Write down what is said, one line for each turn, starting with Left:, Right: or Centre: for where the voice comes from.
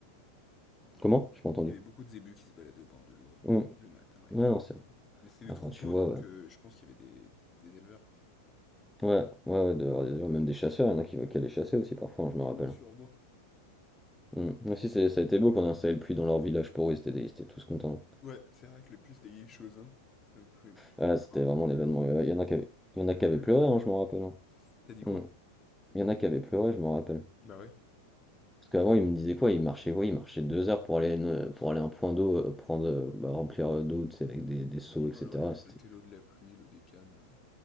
Centre: Comment? J'ai pas entendu.
Left: Il y avait beaucoup de zébus qui se baladaient au bord de l'eau, euh,
Centre: Mm. Ouais,
Left: le matin et tout.
Centre: non, c'est
Left: Mais c'était
Centre: ah,
Left: des troupeaux
Centre: quand tu vois,
Left: donc
Centre: ouais,
Left: heu, je pense qu'il y avait des des éleveurs.
Centre: ouais, ouais, ouais, d'avoir des même des chasseurs, il y en a qui, qui allaient chasser aussi parfois, hein, je me rappelle.
Left: Oui, sûrement.
Centre: Mm. Mais si, c'est- ça a été beau qu'on a installé le puits dans leur village pour eux, ils étaient, ils étaient tous contents.
Left: Ouais, c'est vrai que les puces, c'était quelque chose, hein. Heu, p p
Centre: Ah, c'était
Left: pour avoir
Centre: vraiment
Left: de
Centre: l'événement.
Left: l'eau,
Centre: Ouais,
Left: heu,
Centre: Il y en a qui avaient, il y
Left: c'est
Centre: en a qui
Left: un
Centre: avaient
Left: luxe
Centre: pleuré,
Left: pour
Centre: hein, je
Left: eux.
Centre: me rappelle. hein.
Left: Tu dit quoi?
Centre: Mm. Il y en a qui avaient pleuré, je me rappelle.
Left: Bah ouais.
Centre: Parce qu'avant, il me disait quoi? Il marchait quoi? Il marchait deux heures pour aller, à une- pour aller à un point d'eau, euh, prendre, euh, bah, remplir euh, d'eau, tu sais, avec des, des seaux,
Left: Ouais,
Centre: etc.
Left: alors ils récoltaient
Centre: C'était,
Left: l'eau de la pluie, l'eau des cannes, heu,